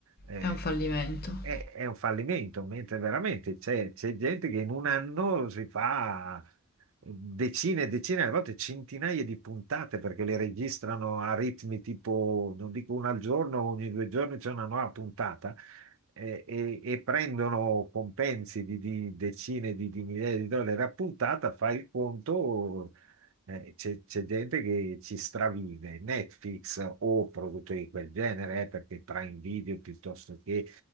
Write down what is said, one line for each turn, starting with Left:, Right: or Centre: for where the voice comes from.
Right: eh,
Left: è un fallimento.
Right: è, è un fallimento, mentre veramente c'è c'è gente che in un anno si fa decine e decine, a volte centinaia di puntate perché le registrano a ritmi tipo, non dico una al giorno, ogni due giorni c'è una nuova puntata eh, e, e prendono compensi di, di decine di, di migliaia di dollari a puntata, fai il conto, eh, c'è c'è gente che ci stravive, Netflix o produttori di quel genere, eh, perché Prime Video piuttosto che